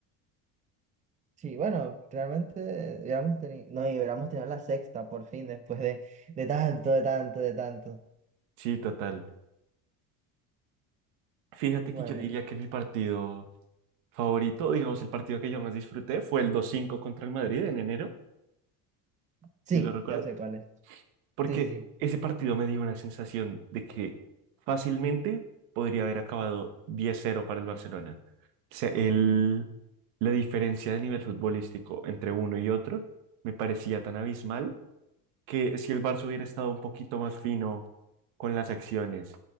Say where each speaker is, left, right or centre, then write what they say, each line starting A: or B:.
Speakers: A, on the right; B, on the right.
A: Sí, bueno, realmente hubiéramos tenido, no, y hubiéramos tenido la sexta por fin después de, de tanto, de tanto, de tanto.
B: Sí, total. Fíjate
A: Bueno,
B: que yo diría que mi partido favorito, digamos, el partido que yo más disfruté fue el dos cinco contra el Madrid en enero, si
A: sí,
B: lo recuerdas.
A: ya sé cuál es.
B: Porque
A: Sí, sí, sí.
B: ese partido me dio una sensación de que fácilmente podría haber acabado diez cero para el Barcelona. O sea, el, la diferencia de nivel futbolístico entre uno y otro me parecía tan abismal que si el Barça hubiera estado un poquito más fino con las acciones,